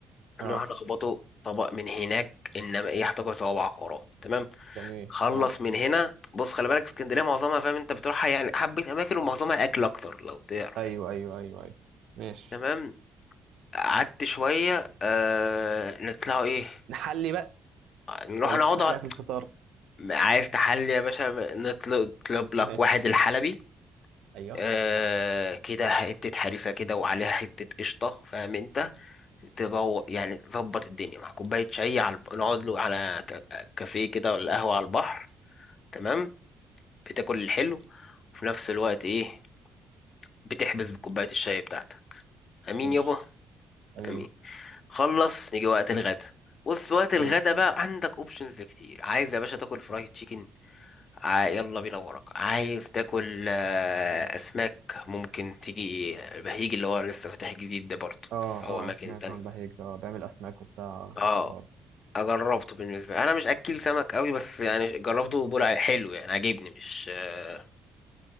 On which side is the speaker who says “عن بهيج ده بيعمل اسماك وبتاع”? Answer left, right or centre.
Right